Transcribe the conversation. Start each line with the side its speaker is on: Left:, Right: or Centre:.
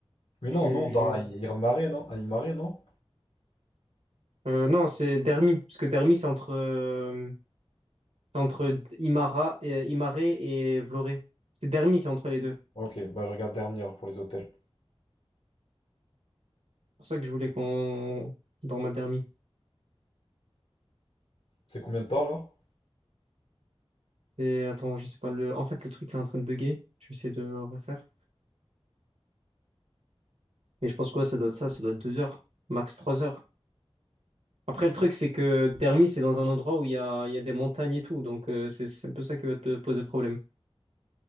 Left: mais
Right: Je,
Left: non, non, on
Right: je-
Left: dort à Imare, non? À Imare, non?
Right: euh, non, c'est Dermi, parce que Dermi c'est entre euh, c'est entre Imara, et Imaré et Vloré. C'est Dermi qui est entre les deux. C'est
Left: Ok, bah je regarde Dermi alors pour les hôtels.
Right: pour ça que je voulais qu'on dans ma Dermi.
Left: C'est combien de temps alors?
Right: C'est, attends, je sais pas, le... en fait, le truc, il est en train de bugger. Je vais essayer de le refaire. Mais je pense quoi, ça doit être ça, ça doit être deux heures, max trois heures. Après, le truc, c'est que Dermi, c'est dans un endroit où il y a, il y a des montagnes et tout. Donc, euh, c'est c'est un peu ça qui va te poser problème.